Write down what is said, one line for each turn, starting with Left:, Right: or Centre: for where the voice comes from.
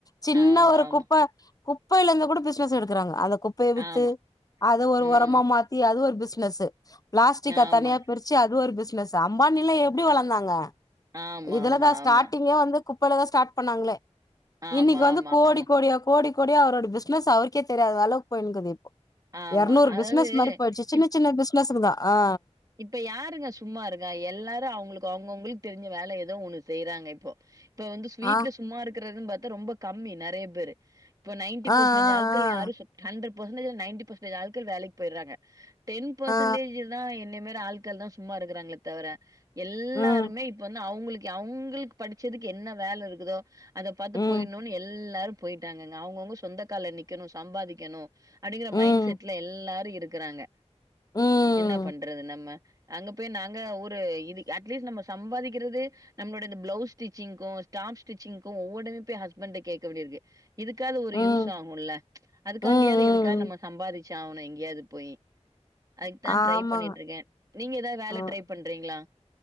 Left: சின்ன
Right: ஆமா
Left: ஒரு
Right: ஆமா
Left: குப்ப குப்பைல இந்து கூட பிஸ்னஸ் எடுக்குறாங்க அந்த குப் பய வித்து
Right: ஆமா
Left: அது ஒரு
Right: ம்
Left: ஒரமா மாத்தி அது ஒரு பிஸ்னஸ்சு பிளாஸ்டிக்க
Right: ஆமா
Left: தனியா பிரு ச்சு அது ஒரு பிஸ்னஸ்சு அம்பானிலா எப்டி வளந்தாங்க
Right: ஆமா
Left: இதுலதா
Right: ஆமா
Left: ஸ்டாட்டிங்கே
Right: ஆமா
Left: வந்து குப்பல தா ஸ்டார்ட் பண்ணாங்ளே
Right: ஆமா
Left: இன்னைக்கு
Right: ஆமா
Left: வந்து
Right: ஆமா
Left: கோடி கோடியா கோடி கோடியா அவரோட பிஸ்னஸ் அவருக்கே தெரியாத அளவுக்கு போயினுக்குது
Right: ஆமா
Left: எரநூறு
Right: அதாவது
Left: பிஸ்னஸ் மாரி போய்டுச்சு சின்ன சின்ன பிஸ்னஸ்க்கு தா ஆ
Right: இப்ப யாருங்க சும்மா இருக்கா எல்லாரு அவுங்ளுக்கு அவங்கவுங்களுக்கு தெரிஞ்ச வேல ஏதோ ஒண்ணு செய்யறாங்க இப்போ இப்ப வந்து ஸ்வீட்ல
Left: ஆ
Right: சும்மா இருக்கறதுன் பாத்தா ரொம்ப கம்மி நெறய பேரு இப்ப நைன்ட்டி
Left: ஆ
Right: பசன்டேஜ்
Left: ஆ
Right: ஆள்கள்
Left: ஆ
Right: யாரு சு ஹண்ட்ரட் பசன்டேஜ்ல நைன்ட்டி பசன்டேஜ் ஆள்கள் வேலைக்கு போயர்றாங்க டென் பசன்டேஜ்ஜூ
Left: ஆ
Right: தா எ என்ன மேர ஆள்கள்கள் தா சும்மா இருக்கிறாங்ளே தவர எல்லாருமே
Left: ம்
Right: இப்ப வந்து அவுங்களு அவுங்களுக்கு படிச்சதுக்கு என்ன வேல இருக்குதோ அத பாத்து
Left: ம்
Right: போயர் னு எல்லாரு போயிட்டாங்கங்க அவங்கவுங்க சொந்தக்கால்ல நிக்கணு சம்பாதிக்கணு அடிங்கற
Left: ம்
Right: மைண் செட்ல எல்லாரு இருக்கறாங்க
Left: ம்
Right: என்ன பண்றது நம்ம அங்க போய் நாங்க ஒரு இது அட்லீஸ்ட் நம்ம சம்பாதிக்கிறது நம்மளோட இந்த பிளவ்ஸ் ஸ்டிச்சிங்க்கு டாப்ஸ் ஸ்டிச்சிங்க்கு ஒவ்வொ டைம் போய் ஹஸ்பண் கிட்ட கேக்க வேண்டிருக்கு இதுக்காது ஒரு
Left: ம்
Right: யூஸ் ஆகுல்ல அதுக்காண்டியாது
Left: ம் ம்
Right: எதுக்காக நம்ம சம்பாதிச்சு ஆவனு எங்கயாவது போயி அதுக்கு தா
Left: ஆமாங்க
Right: ட்ரை பண்ணிட்ருக்கே நீங்க ஏதாவது வேல
Left: ம்
Right: ட்ரை பண்றீங்ளா